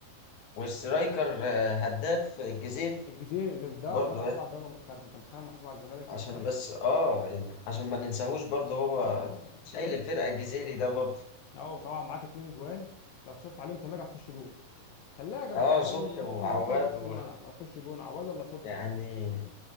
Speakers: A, on the left; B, on the left.
A: والسترايكر آه، هداف الجزيرة
B: الجزيري ده ده,
A: برضه
B: ده محسوب
A: يعني
B: على الدوله محترف انت متخيل محسوب على الزمالك
A: عشان
B: محترف
A: بس اه يعني عشان ما ننساهوش برضه هو
B: اه انت
A: شايل
B: فاهم
A: الفرقة الجزيري ده برضه
B: اه وطبعا معاك اتنين جوان لو تشطت عليهم ثلاجه هتخش جون ثلاجه لو
A: اه
B: تشطت
A: صبحي
B: عليهم من
A: وعواد
B: اخر من اخر نص
A: و...
B: الملعب هتخش جون عواد ولا صبحي
A: يعني